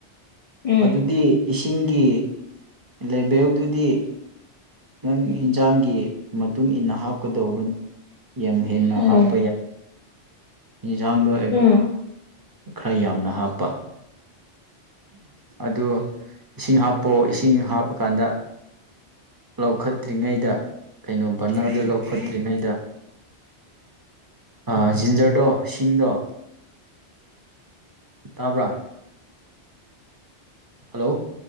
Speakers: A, on the left (about 60°); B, on the right (about 30°).
A: ꯎꯝ
B: ꯑꯗꯨꯗꯤ ꯏꯁꯤꯡꯒꯤ ꯂꯦꯚꯦꯜꯗꯨꯗꯤ ꯅꯪ ꯌꯦꯟꯁꯥꯡꯒꯤ ꯃꯇꯨꯡ ꯏꯟꯅ ꯍꯥꯞꯀꯗꯧꯕꯅꯦ ꯌꯥꯝ ꯍꯦꯟꯅ
A: ꯎꯝ
B: ꯍꯥꯞꯄ ꯌꯥꯏ ꯌꯦꯟꯁꯥꯡꯗꯣ
A: ꯎꯝ
B: ꯈꯔ ꯌꯥꯝꯅ ꯍꯥꯞꯄ ꯑꯗꯨ ꯏꯁꯤꯡ ꯍꯥꯞꯄꯣ ꯏꯁꯤꯡ ꯍꯥꯞꯄ ꯀꯥꯟꯗ ꯂꯧꯈꯠꯇ꯭ꯔꯤꯉꯩꯗ ꯀꯩꯅꯣ ꯕꯔꯅꯔꯗ ꯂꯧꯈꯠꯇ꯭ꯔꯤꯉꯩꯗ ꯑ ꯖꯤꯟꯖꯔꯗꯣ ꯁꯤꯡꯗꯣ ꯇꯥꯕ꯭ꯔꯥ ꯍꯜꯂꯣ